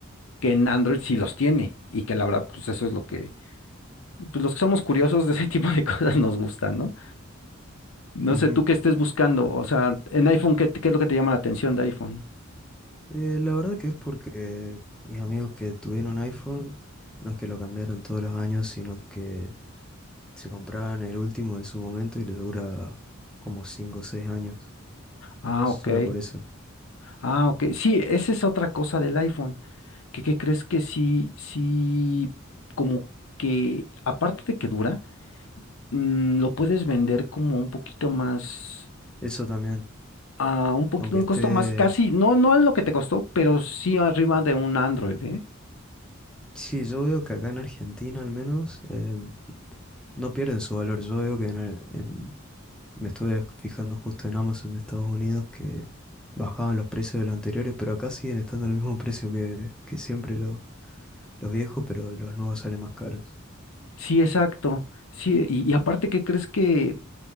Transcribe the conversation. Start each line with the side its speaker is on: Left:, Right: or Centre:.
Left: que en Android sí los tiene y que la verdad, pues eso es lo que, pues los que somos curiosos de ese tipo de <laughs> cosas nos gustan, ¿no? No
Centre: Ujú.
Left: sé tú qué estés buscando. O sea, en iPhone, ¿qué, qué es lo que te llama la atención de iPhone?
Centre: Eh, la verdad que es porque mis amigos que tuvieron iPhone, no es que lo cambiaron todos los años, sino que se compraban el último en su momento y les dura como 5 o 6 años,
Left: Ah,
Centre: solo
Left: ok.
Centre: por eso.
Left: Ah, ok. Sí, esa es otra cosa del iPhone. ¿Qué, qué crees que sí, sí, como que aparte de que dura? mm, lo puedes vender como un poquito más,
Centre: Eso también,
Left: a un poquito,
Centre: aunque
Left: un
Centre: esté...
Left: costo más casi, no, no es lo que te costó, pero sí arriba de un Android, ¿eh?
Centre: Sí, yo veo que acá en Argentina al menos eh, no pierden su valor. Yo veo que en el- en- me estuve fijando justo en Amazon de Estados Unidos que bajaban los precios de los anteriores, pero acá siguen estando al mismo precio que, que siempre los viejos, pero los nuevos salen más caros.
Left: Sí, exacto. Sí, y, y aparte, ¿qué crees que